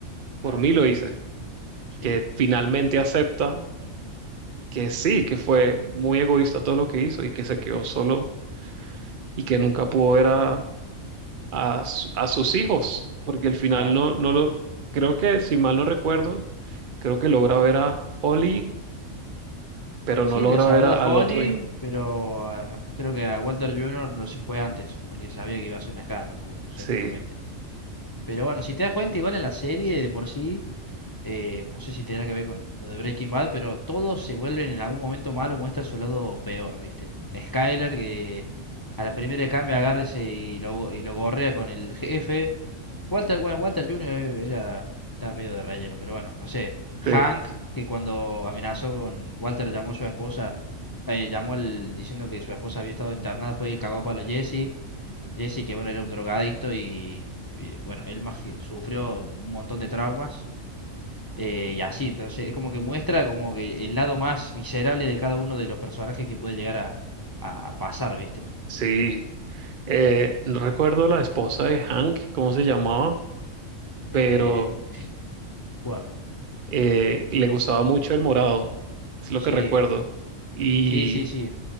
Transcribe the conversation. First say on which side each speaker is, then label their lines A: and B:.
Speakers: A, on the left; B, on the right.
A: claro.
B: por mí lo hice.
A: Sí,
B: Que finalmente acepta que sí, que fue
A: claro,
B: muy egoísta todo lo que hizo y que se quedó solo
A: claro.
B: y que nunca pudo ver a a, su- a sus hijos, porque al final
A: claro.
B: no, no lo, creo que si mal no recuerdo, creo que logra ver a Holly, pero
A: Sí,
B: no logra
A: la saluda
B: ver a- al
A: Holly,
B: otro hijo.
A: pero ah, creo que a Walter Junior no se fue antes, porque sabía que iba a ser un escándalo, supo- seguramente.
B: Sí,
A: Pero bueno, si te das cuenta, igual en la serie de por sí, eh, no sé si tendrá que ver con lo de Breaking Bad, pero todos se vuelven en algún momento malos, muestra su lado peor, ¿viste? Skyler, que a la primera de cambio agarra y se- y lo, y lo gorrea con el jefe. Walter, bueno, Walter Jr. era, estaba medio de relleno, pero bueno, no sé. Hank,
B: sí,
A: que cuando amenazó con Walter, llamó a su esposa, eh, llamó al, diciendo que su esposa había estado internada, fue y cagó a palo a Jesse. Jesse, que bueno, era un drogadicto y, y, bueno, él más que sufrió un montón de traumas. eh, y así, entonces es como que muestra como que el lado más miserable de cada uno de los personajes que puede llegar a, a pasar, ¿viste?
B: sí. Eh, no recuerdo la esposa de Hank, cómo se llamaba,
A: Eh,
B: pero
A: de acuerdo.
B: eh, le gustaba mucho el morado, es lo
A: Sí,
B: que recuerdo. Y
A: sí, sí, sí.